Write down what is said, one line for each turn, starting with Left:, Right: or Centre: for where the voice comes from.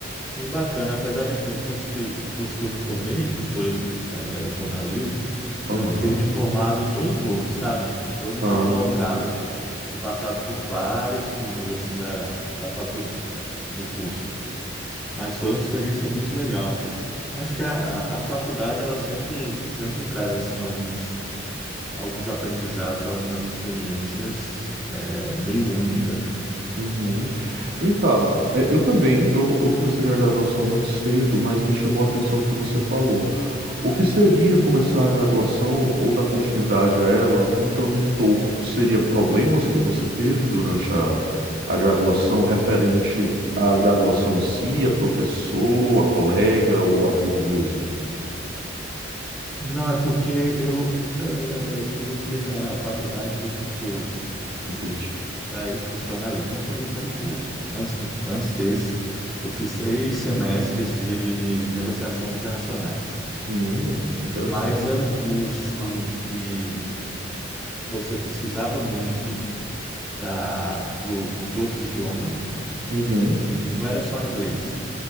Centre: Bem bacana, apesar de assim, o curso que, do curso que eu me formei, que foi é, jornalismo,
Right: Aham.
Centre: eu ter me formado todo torto, sabe? Todo
Right: Ah,
Centre: desblocado, ter passado por várias turmas assim da, da faculdade do curso, mas foi uma experiência muito legal. Acho que a, a faculdade ela sempre sempre traz assim alguns alguns aprendizados, algumas experiências é, meio únicas, né?
Right: uhum. Vem cá, é, eu também, eu, eu comecei minha graduação muito cedo, mas me chamou a atenção o que você falou. O que seria começar a graduação ou dar continuidade a ela um tanto torto? Seria problemas que você teve durante a, a graduação referente à graduação em si, a professor, a colega ou a vida mesmo?
Centre: Não, é porque eu, eh, eu entrei na faculdade em 2012.
Right: Entendi.
Centre: para esse curso de jornalismo. Não foi meu primeiro curso. Antes de, antes desse, eu fiz três semestres de negociações internacionais.
Right: Hum, que interessante.
Centre: Mas era um curso que você precisava muito da, do, de outros idiomas
Right: Uhum.
Centre: e não era só inglês.